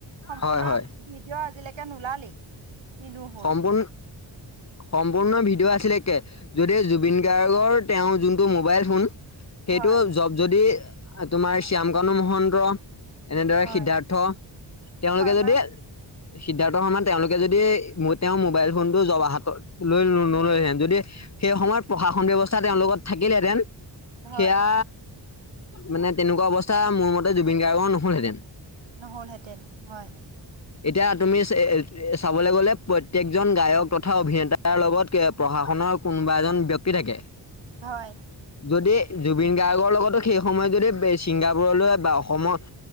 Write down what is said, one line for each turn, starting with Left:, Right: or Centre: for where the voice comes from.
Left: হয়
Right: সম্পূৰ্ণ
Left: হয়
Right: ভিডিঅ' আজিলৈকে নোলালেই। কিনো হ'ল
Left: সম্পূৰ্ণ সম্পূৰ্ণ ভিডিঅ' আছিলে কে যদি জুবিন গাৰ্গৰ তেওঁৰ যোনটো মোবাইল ফোন সেইটো
Right: হয়
Left: জব যদি আ তোমাৰ শ্যামকানু মহন্ত এনেদৰে
Right: হয়
Left: সিদ্ধাৰ্থ তেওঁলোকে
Right: শৰ্মা
Left: যদি সিদ্ধাৰ্থ শৰ্মা তেওঁলোকে যদি তেওঁৰ মোবাইল ফোনটো হাতত লৈ নল'লেহেঁতেন সেই সময়ত প্ৰশাসন ব্যৱস্থা তেওঁৰ লগত থাকিলেহেঁতেন
Right: হয়
Left: সেয়া মানে তেনেকুৱা অৱস্থা মোৰ মতে জুবিন গাৰ্গৰ নহ'লহেঁতেন।
Right: নহ'লহেঁতেন হয়।
Left: এতিয়া তুমি চে চাবলে গ'লে প্ৰত্যেকজন গায়ক তথা অভিনেতাৰ লগত কে প্ৰশাসনৰ কোনোবা এজন ব্যক্তি থাকে।
Right: হয়।
Left: যদি জুবিন গাৰ্গৰ লগতো সেই সময়ত যদি বে ছিংগাপুৰলৈ বা অসমৰ